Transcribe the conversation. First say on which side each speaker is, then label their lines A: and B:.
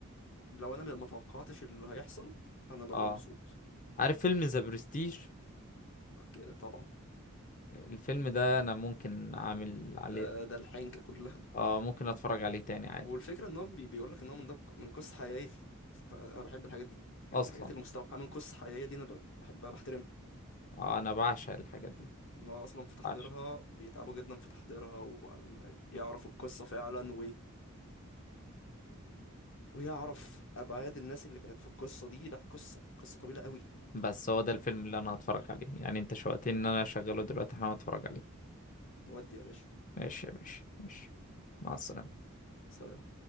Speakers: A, on the left (about 60°); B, on the left (about 35°).
A: لو انا ما توقعتش اللي هيحصل انا ببقى
B: اه
A: مبسوط
B: عارف فيلم ذا برستيج
A: أوكي، طبعا
B: الفيلم ده انا ممكن اعمل
A: ده,
B: عليه
A: ده الحنكه كلها
B: اه ممكن اتفرج عليه تاني عادي
A: والفكره ان هو بي... بيقول لك ان هو من ده من قصه حقيقيه فانا بحب الحاجات دي يعني
B: اصلا
A: الحاجات اللي مستوحاه من قصه حقيقيه دي انا ب- بحبها بحترمها
B: آه انا بعشق الحاجات دي
A: ان هو اصلا في تحضيرها
B: بعشق
A: بيتعبوا جدا في تحضيرها وعلى ما يعرفوا القصه فعلا ويعرف ابعاد الناس اللي كانت في القصه دي لا قصه قصه طويله قوي
B: بس هو ده الفيلم اللي انا هتفرج عليه يعني انت شوقتني ان انا اشغله دلوقتي هقوم اتفرج عليه
A: نودي يا باشا
B: ماشي يا باشا ماشي مع السلامة
A: سلام